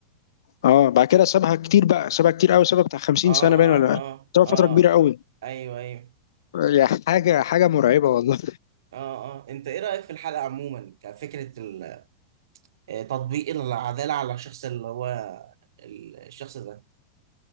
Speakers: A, on the left; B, on the right.
A: اه بعد كده سابها كتير بقى سابها كتير قوي سابها بتاع 50
B: أه
A: سنة باين
B: أه
A: ولا
B: أه
A: سابها
B: أه
A: فترة كبيرة قوي
B: أيوه أيوه
A: يا حاجة حاجة مرعبة والله
B: أه أه أنت إيه رأيك في الحلقة عموما كفكرة ال- آه، تطبيق العدالة على الشخص اللي هو ال- الشخص ده